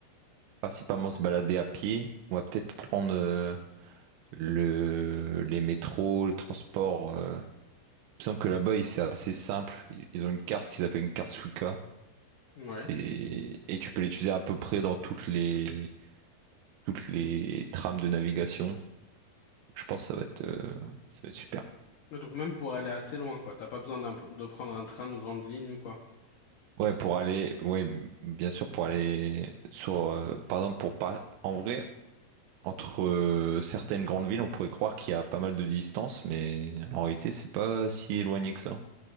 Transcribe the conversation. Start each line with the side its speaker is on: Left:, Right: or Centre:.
Right: principalement se balader à pied. On va peut-être prendre euh, le... les métros, le transport. euh. Il me semble que là-bas, il- c'est assez simple. Ils ils ont une carte qu'ils appellent une carte Suica.
Left: ouais.
Right: C'est... Et tu peux l'utiliser à peu près dans toutes les toutes les trames de navigation. Donc, je pense que ça va être, euh, ça va être super.
Left: Ouais, Donc même pour aller assez loin, quoi. T'as pas besoin d'un- de prendre un train de grande ligne ou quoi.
Right: Ouais, pour aller, ouais, m- bien sûr, pour aller sur, euh, par exemple, pour pas, en vrai, entre euh, certaines grandes villes, on pourrait croire qu'il y a pas mal de distance, mais en réalité, c'est pas si éloigné que ça.